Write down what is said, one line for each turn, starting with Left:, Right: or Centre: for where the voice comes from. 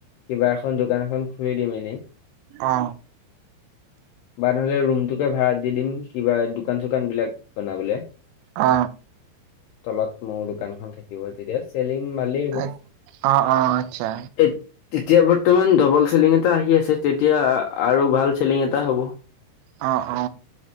Left: কিবা এখন দোকান এখন খুলি দিম এনে
Right: অ
Left: বা নহলে ৰুমতোকে ভাড়াত দি দিম কিবা দোকান-চোকান বিলাক বনাবলে।
Right: অ
Left: তলত মোৰ দোকানখন থাকিব তেতিয়া চেলিং মালেই হ'ব
Right: অ', অ', আচ্ছা।
Left: এত তেতিয়া বৰ্তমান ডবল চেলিং এটা আহি আছে তেতিয়া আৰু ভাল চেলিং এটা হ'ব।
Right: অ অ